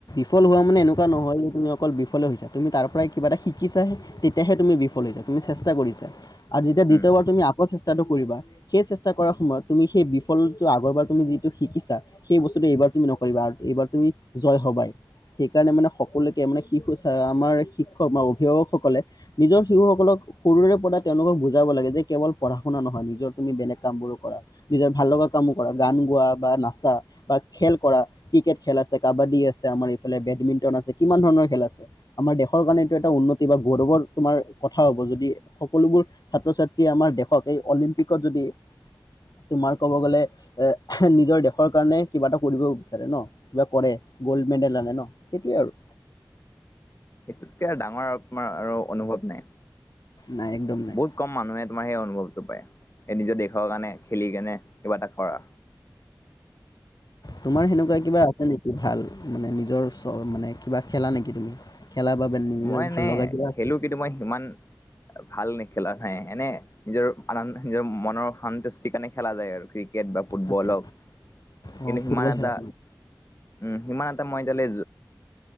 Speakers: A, on the left (about 65°); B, on the left (about 40°).
A: বিফল হোৱা মানে এনেকুৱা নহয় যে তুমি অকল বিফলে হৈছা। তুমি তাৰ পৰাই কিবা এটা শিকিছা তেতিয়াহে তুমি বিফল হৈছা তুমি চেষ্টা কৰিছা আৰু তেতিয়া দ্বিতীয়বাৰ
B: উম
A: তুমি আকৌ চেষ্টা চেষ্টাটো কৰিবা সেই চেষ্টা কৰাৰ সময়ত তুমি সেই বিফলটো আগৰ বাৰ তুমি যিটো শিকিছা সেই বস্তুটো এইবাৰ তুমি নকৰিবা এইবাৰ তুমি জয় হবাই। সেইকাৰণে মানে সকলোকে মানে শিশু আমাৰ শিক্ষক বা অভিভাৱক সকলে নিজৰ শিশুসকলক সৰুৰে পৰা তেওঁলোকক বুজাব লাগে যে কেৱল পঢ়া -শুনা নহয় নিজৰ তুমি বেলেগ কাম বোৰো কৰা নিজৰ ভাল লগা কামবোৰো কৰা। গান গোৱা বা নাচা বা খেল কৰা ক্ৰিকেট খেল খেল আছে কাবাডী আছে, আমাৰ ইফালে বেডমিন্টন আছে কিমান ধৰণৰ খেল আছে আমাৰ দেশৰ কাৰণে এইটো এটা উন্নত বা গৌৰৱৰ তোমাৰ কথা হ'ব যদি সকলোবোৰ ছাত্ৰ ছাত্ৰীয়ে আমাৰ দেশক এই অলিম্পিকত যদি উ <unintelligible> তোমাৰ ক'ব গলে এ নিজৰ দেশৰ কাৰণে কিবা এটা কৰিব বিচাৰে ন কিবা কৰে। গ'ল্ড মেডেল আনে ন সেইটোৱে আৰু।
B: সেইটোতকে আৰু ডাঙৰ আৰু তোমাৰ আৰু অনুভৱ নাই।
A: নাই একদম নাই
B: বহুত ক'ম মানুহে তোমাৰ সেই অনুভৱ এই নিজৰ দেশৰ কাৰণে খেলি কেনে কিবা এটা কৰা।
A: তোমাৰ সেনেকুৱা কিবা আছে নেকি ভাল? মানে নিজৰ চ মানে কিবা খেলা নেকি তুমি- খেলা বা বেন- নিজৰ
B: মই
A: ভাল
B: নে
A: লগা কিবা
B: খেলো
A: আছে
B: কিন্তু মই সিমান ভাল নেখেলা। হয় এনে নিজৰ আন নিজৰ মনৰ সন্তুষ্টিৰ কাৰণে খেলা যায় আৰু ক্ৰিকেট বা ফুটবলক
A: আচ্ছা
B: হওক- কিন্তু
A: অ
B: সিমান
A: ফুটবল
B: এটা
A: খেলা।
B: উম সিমান এটা মই এতিয়া লে